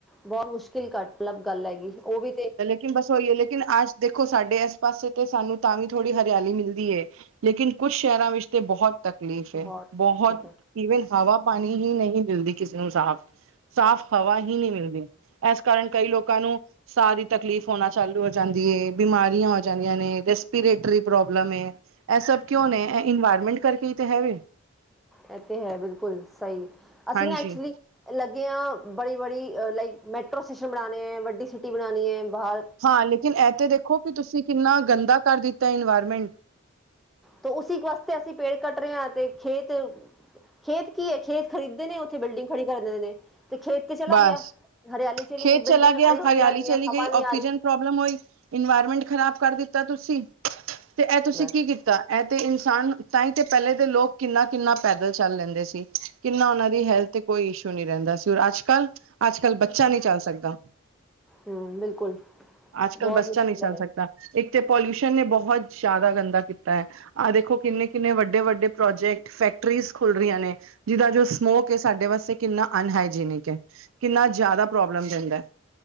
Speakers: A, in the centre; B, on the right.
A: ਬਹੁਤ ਮੁਸ਼ਕਿਲ ਘੱਟ ਅਲੱਗ ਗੱਲ ਹੈਗੀ, ਓ ਵੀ ਤੇ
B: ਲੇਕਨ ਬਸ ਓਇਓ ਲੇਕਿਨ ਅੱਜ ਦੇਖੋ ਸਾਡੇ ਇਸ ਪਾਸੇ ਤੇ ਸਾਨੂੰ ਤਾਂ ਵੀ ਥੋੜ੍ਹੀ ਹਰਿਆਲੀ ਮਿਲਦੀ ਏ। ਲੇਕਿਨ ਕੁਛ ਸ਼ਹਿਰਾਂ ਵਿੱਚ ਤੇ ਬੋਹਤ ਤਕਲੀਫ਼
A: ਬਹੁਤ
B: ਏ, ਬੋਹਤ।
A: ਇਹ
B: ਈਵਨ ਹਵਾ ਪਾਨੀ ਹੀ ਨਹੀਂ ਮਿਲਦੀ ਕਿਸੇ ਨੂੰ ਸਾਫ਼। ਸਾਫ਼ ਹਵਾ ਹੀ ਨਈ ਮਿਲਦੀ ਇਸ ਕਾਰਨ ਕਈ ਲੋਕਾਂ ਨੂੰ ਸਾਹ ਦੀ ਤਕਲੀਫ਼ ਹੋਨਾ ਚਾਲੂ ਹੋ ਜਾਂਦੀ ਏ, ਬਿਮਾਰੀਆਂ ਹੋ ਜਾਂਦੀਆਂ ਨੇ, ਰੈਸਪੀਰੇਟਰੀ ਪ੍ਰੋਬਲਮ ਏ। ਐ ਸਭ ਕਿਉਂ ਨੇ? ਐ ਇਨਵਾਇਰਮੈਂਟ ਕਰਕੇ ਹੀ ਤੇ ਹੈ ਵੇ।
A: ਐ ਤੇ ਹੈ ਬਿਲਕੁਲ ਸਈ ਅਸੀਂ
B: ਹਾਂਜੀ
A: ਨਾ ਐਕਚੁਲੀ ਲੱਗੇ ਆਂ ਬੜੀ--ਬੜੀ ਅ ਲਾਈਕ ਮੈਟਰੋ ਸਟੇਸ਼ਨਮ ਬਣਾਣੇ ਐ, ਵੱਡੀ ਸਿਟੀ ਬਣਾਣੀ ਹੈ ਬਾਰ
B: ਹਾਂ ਲੇਕਿਨ ਐ ਤੇ ਦੇਖੋ ਕਿ ਤੁਸੀਂ ਕਿੰਨਾ ਗੰਦਾ ਕਰ ਦਿੱਤਾ ਇਨਵਾਇਰਮੈਂਟ।
A: ਤੇ ਉਸ ਚੀਜ਼ ਵਾਸਤੇ ਅਸੀਂ ਪੇੜ ਕੱਟ ਰਹੇ ਆਂ ਤੇ ਖੇਤ, ਖੇਤ ਕੀ ਐ, ਖੇਤ ਖਰੀਦੇ ਨੇ ਓਥੇ ਬਿਲਡਿੰਗ ਖੜੀ ਕਰ ਦੇਂਦੇ ਨੇ ਤੇ ਖੇਤ 'ਚ ਚਲਾ
B: ਬਸ
A: ਗਿਆ, ਹਰਿਆਲੀ ਚਲੀ
B: ਖੇਤ
A: ਗਈ,
B: ਚਲਾ
A: ਬਿਲਡਿੰਗਾਂ
B: ਗਿਆ
A: ਖੜੀ ਹੋਦੀ
B: ਹਰਿਆਲੀ
A: ਜਾ ਰਹੀ
B: ਚਲੀ
A: ਐ, ਹਵਾ
B: ਗਈ
A: ਨੀ
B: ਆਕਸੀਜਨ
A: ਆ ਰੀ।
B: ਪ੍ਰੋਬਲਮ ਓਈ ਇਨਵਾਇਰਮੈਂਟ ਖ਼ਰਾਬ ਕਰ ਦਿੱਤਾ ਤੁਸੀਂ ਤੇ ਐ ਤੁਸੀਂ
A: ਬਸ
B: ਕੀ ਕੀਤ ਤਾ ਐ ਤੇ ਇਨਸਾਨ ਤਾਂ ਹੀ ਤੇ ਪਹਿਲੇ ਦੇ ਲੋਕ ਕਿੰਨਾ-ਕਿੰਨਾ ਪੈਦਲ ਚੱਲ ਲੈਂਦੇ ਸੀ। ਕਿੰਨਾ ਓਨਾਂ ਦੀ ਹੈਲਥ ਤੇ ਕੋਈ ਇਸ਼ੂ ਨੀ ਰਹਿੰਦਾ ਸੀ ਔਰ ਅੱਜ ਕੱਲ੍ਹ, ਅੱਜ-ਕੱਲ੍ਹ ਬੱਚਾ ਨੀ ਚੱਲ ਸਕਦਾ।
A: ਹਮ ਬਿਲਕੁਲ
B: ਅੱਜ-ਕੱਲ
A: ਬਹੁਤ
B: ਬੱਚਾ
A: ਮੁਸ਼ਕਿਲ
B: ਨੀ ਚੱਲ
A: ਹੈ
B: ਸਕਦਾ। ਇੱਕ ਤੇ ਪੋਲਿਊਸ਼ਨ ਨੇ ਬੋਹਤ ਜਾਦਾ ਗੰਦਾ ਕੀਤਾ ਐ। ਆਹ ਦੇਖੋ ਕਿੰਨੇ-ਕਿੰਨੇ, ਵੱਡੇ-ਵੱਡੇ ਪ੍ਰੋਜੈਕਟ ਫੈਕਟਰੀਜ਼ ਖੁੱਲ ਰਹੀਆਂ ਨੇ। ਜਿਦਾ ਜੋ ਸਮੋਕ ਹੈ ਸਾਡੇ ਵਾਸਤੇ ਕਿੰਨਾ ਅਨਹਾਈਜੀਨਿਕ ਐ, ਕਿੰਨਾ ਜਾਦਾ ਪ੍ਰੋਬਲਮ ਦੇਂਦਾ ਐ।